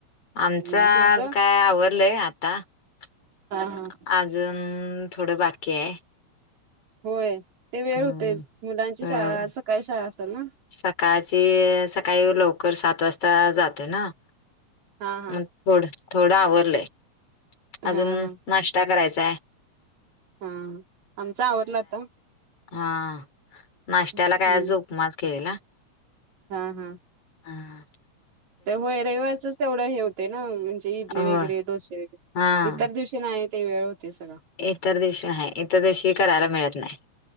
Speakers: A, on the left; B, on the right.
A: आमचं
B: हम्म
A: आज
B: तुमचं
A: काय आवडलंय आता <inaudible>
B: हा हा
A: अजून थोडं बाकी आहे <inaudible>
B: होय ते वेळ
A: हम्म
B: होते मुलांची
A: अ,
B: शाळा सकाळी शाळा असतात ना <inaudible>
A: <inaudible> सकाळची सकाळी लवकर सात वाजता जाते ना
B: <inaudible> हा हा
A: मग थोड थोडं आवरलय <inaudible>
B: हा
A: अजून
B: हा
A: नाश्ता करायचाय
B: <inaudible> हा आमचा आवडलाता
A: हा <inaudible> नाश्त्याला
B: हम्म
A: काय उपमास केलेला
B: <inaudible> हा हा
A: <inaudible> हम
B: होय रविवारच तेवढं हे होते ना म्हणजे इडली
A: हो
B: वगैरे डोसे वगैरे
A: हा
B: <inaudible> इतर दिवशी नाही आहे ते वेळ होते सगळं <inaudible>
A: इतर दिवशी आहे इतर दिवशी करायला मिळत नाही